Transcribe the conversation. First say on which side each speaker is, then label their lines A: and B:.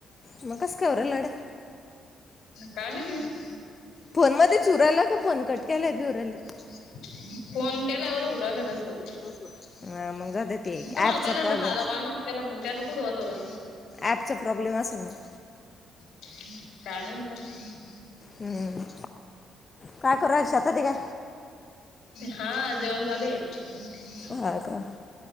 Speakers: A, on the left (about 30°); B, on the left (about 70°).
A: मग कसं काय उरायला गड्या
B: काय माहिती
A: फोन मध्येच होऊ राहिला का फोन कट केल्यावर बी होऊ राहिले
B: न फोन केल्यावर हु राहिल तसं
A: हा मग जाऊ दे ते
B: तुम्हाला
A: ऍपचा
B: पहिल्यांदा
A: प्रॉब्लेम
B: साधा कॉल नव्हता केला मी त्याला कुठं होत होता
A: ॲपचा प्रॉब्लेम असेल मग
B: काय माहित मग
A: हम्म काय करू राज शेतात आहे काय?
B: हा जेवण चालू आहे.
A: हा का?